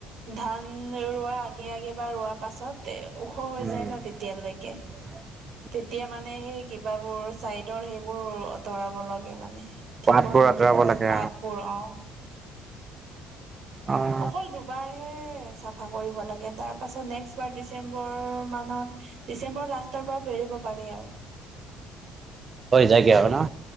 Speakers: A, on the right (about 65°); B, on the right (about 35°).
A: ধান ৰোৱা আগে আগে বা ৰোৱা পাছত এ ওখ হৈ
B: উম,
A: যায় ন তেতিয়ালৈকে।
B: <unintelligible>
A: তেতিয়া মানে সেই কিবাবোৰ চাইডৰ সেইবোৰ আঁতৰাব লাগে মানে কি
B: পাতবোৰ
A: কয় সেইটো
B: আঁতৰাব লাগে
A: পাতবোৰ অ।
B: অ
A: অকল দুবাৰহে চাফা কৰিব লাগে তাৰপাছত নেক্সট বাৰ ডিচেম্বৰ মানত ডিচেম্বৰ লাষ্টৰ পৰা পেৰিব পাৰি আৰু।
B: হৈ যায়গে আৰু ন।